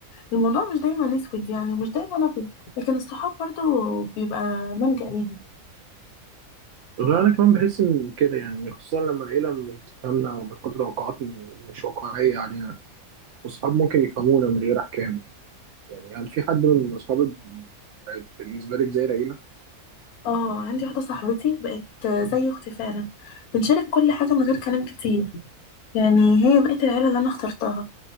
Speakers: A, on the left; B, on the right.
A: الموضوع مش دايما اسود يعني ومش دايما ابيض لكن الصحاب برضو بيبقى ملجأ ليهم
B: غير أنا كمان بحس إن كده يعني خصوصا لما العيلة مش بتفهمنا أو بتحط توقعات مش واقعية علينا واصحاب ممكن يفهمونا من غير احكام يعني هل في حد من اصحابك بقت بالنسبه لك زي العيله
A: اه عندي واحدة صاحبتي بقت زي اختي فعلا بنشارك كل حاجة من غير كلام كتير يعني هي بقت العيلة اللي انا اخترتها